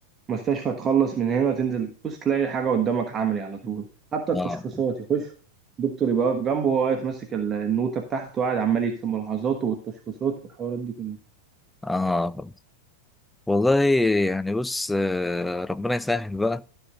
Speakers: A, on the right; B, in the centre.
A: مستشفى تخلص من هنا تنزل تبص تلاقي حاجة قدامك عملي على طول حتى التشخيصات
B: اه
A: يخش دكتور يبقى واقف جنبه وهو واقف ماسك ال- النوتة بتاعته وقاعد عمال يكتب ملاحظاته والتشخيصات والحوارات دي كلها
B: اه فاهم. والله يعني بص آه، ربنا يسهل بقى